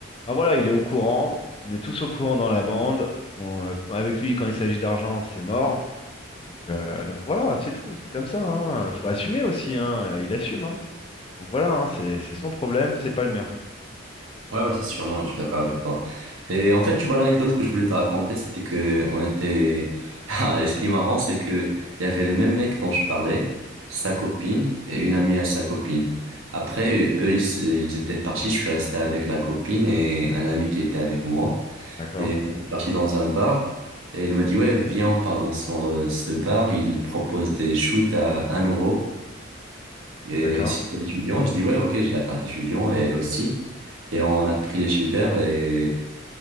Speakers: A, on the left (about 25°); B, on the right (about 80°).
A: Ah voilà, il est au courant, on est tous au courant dans la bande, on, euh, quand- avec lui, quand il s'agit d'argent, c'est mort. Donc, euh, donc voilà, c'est tout, c'est comme ça, hein. Faut assumer aussi, hein. euh, Il assume, hein. Donc voilà, hein, c'est c'est son problème, c'est pas le mien.
B: Ouais, ouais, c'est sûr, non, je suis d'accord avec toi. Et en fait, tu vois, l'anecdote que je voulais te raconter, c'était que on était... <laughs> Ah, et ce qui est marrant, c'est que il y avait le même mec dont je parlais, sa copine, et une amie à sa copine. Après, eux, ils, s- ils étaient partis, je suis resté avec la copine et un ami qui était avec moi.
A: D'accord?
B: Et on est parti dans un bar, et il m'a dit, ouais, viens, on part dans ce euh, ce bar, il propose des shoots à un euro. Et
A: D'accord?
B: c'était étudiant, je dis ouais, ok, j'ai la carte étudiant et elle aussi. Et on a pris les shooters et